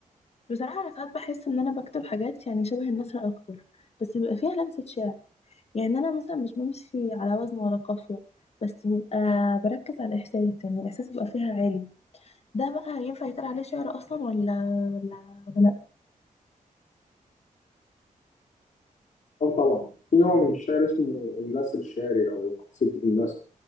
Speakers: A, on the left; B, on the left.
A: بصراحة انا ساعات بحس ان انا بكتب حاجات يعني شبه النثر اكتر بس بيبقى فيها لمسة شعر يعني انا مثلا مش بمشي على وزن ولا قافيه بس بيبقى بركز على الاحساس يعني الاحساس يبقى فيها عالي ده بقى ينفع يتقال عليه شعر اصلا ولا ولا ولا لا
B: اه طبعا في نوع من الشعر اسمه النثر الشعري او قصيدة النثر